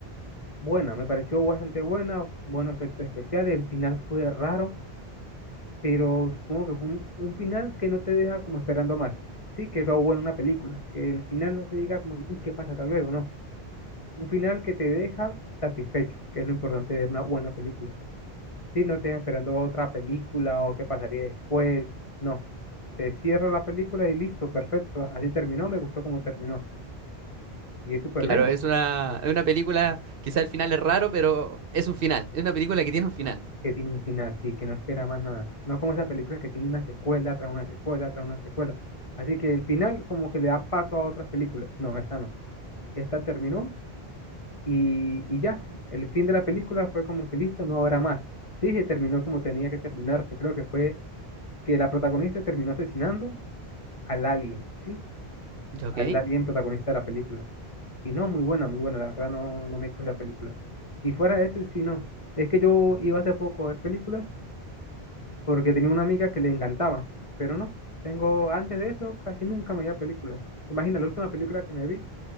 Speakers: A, on the left; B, on the right.
A: buena, me pareció bastante buena, buenos efectos especiales, el final fue raro, pero supongo que fue un, un final que no te deja como esperando más. Sí, que es lo bueno en una película, que el final no te diga como, que, ¿y qué pasará luego? No, un final que te deja satisfecho, que es lo importante de una buena película. Sí, no te estás esperando otra película o qué pasaría después. No. Te cierra la película y listo, perfecto. Así terminó, me gustó cómo terminó. Y es súper
B: Claro,
A: bien
B: es una, es una película, quizá el final es raro, pero es un final. Es una película que tiene un final.
A: que tiene un final, sí, que no espera más nada. No como esa película que tiene una secuela tras una secuela tras una secuela. Así que el final como que le da paso a otras películas. No, esta no. Esta terminó y, y ya. El fin de la película fue como que listo, no habrá más. Sí, se terminó como tenía que terminarse. Creo que fue que la protagonista terminó asesinando al alien, ¿sí?
B: ¿Ya
A: al
B: ok?
A: alien protagonista de la película. Y no, muy buena, muy buena, la verdad no, no me quejo de la película. Y fuera de eso, sí, no. Es que yo iba hace poco a ver películas porque tenía una amiga que le encantaba, pero no, tengo, antes de eso casi nunca me iba a películas. Imagina, la última película que me vi